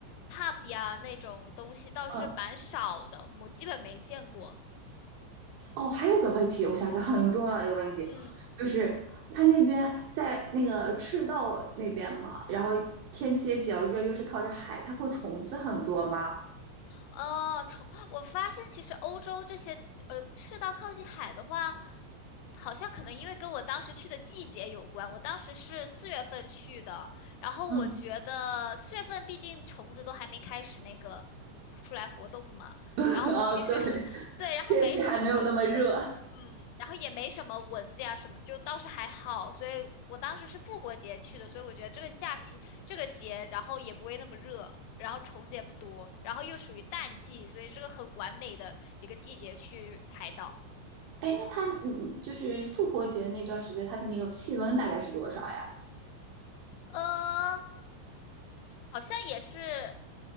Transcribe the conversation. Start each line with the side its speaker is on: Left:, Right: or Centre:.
Left: pub 呀那种东西倒是蛮少的，
Right: 嗯，
Left: 我基本没见过。
Right: 哦，还有个问题，我想想很重要的一个问题，
Left: 嗯。
Right: 就是他那边在那个赤道那边嘛，然后天气也比较热，又是靠着海，它会虫子很多吗？
Left: 哦，虫，我发现其实欧洲这些呃赤道靠近海的话，好像可能因为跟我当时去的季节有关。我当时是四月份去的，然后我觉得四月份毕竟虫子都还没开始那个出来活动嘛，
Right: 嗯，<laughs>
Left: 然后我其实
Right: 啊，对，
Left: <laughs> 对，然后没什么虫子，
Right: 天气还没有那么热。
Left: 嗯，然后也没什么蚊子呀什么，就倒是还好。所以我当时是复活节去的，所以我觉得这个假期这个节，然后也不会那么热。然后虫子也不多，然后又属于淡季，所以是个很完美的一个季节去海岛。
Right: 哎，那它嗯，嗯就是复活节那段时间，它的那个气温大概是多少呀？
Left: 呃，好像也是